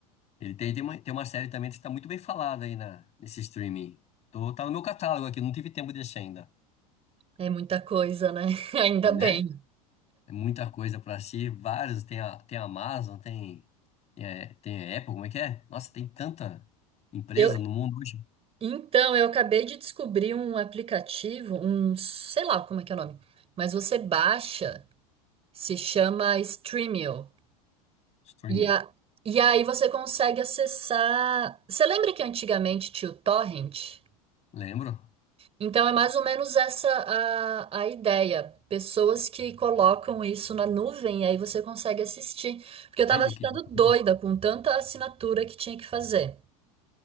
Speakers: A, on the left; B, on the right.
A: Ele tem, tem uma, tem uma série também que está muito bem falada aí na, nesse streaming. Tô, tá no meu catálogo aqui, não tive tempo de assistir ainda,
B: É muita coisa, né? <laughs> Ainda
A: né?
B: bem.
A: É muita coisa pra assistir, vários. Tem a, tem a Amazon, tem, é, tem a Apple, como é que é? Nossa, tem tanta empresa
B: Eu,
A: no mundo hoje.
B: então, eu acabei de descobrir um aplicativo, um, sei lá como é que é o nome, mas você baixa, se chama Streamio.
A: Streaming.
B: E, a, e aí você consegue acessar. Você lembra que antigamente tinha o Torrent?
A: Lembro?
B: Então é mais ou menos essa a, a ideia. Pessoas que colocam isso na nuvem e aí você consegue assistir. Porque eu
A: Olha
B: tava ficando
A: que
B: doida
A: boa.
B: com tanta assinatura que tinha que fazer.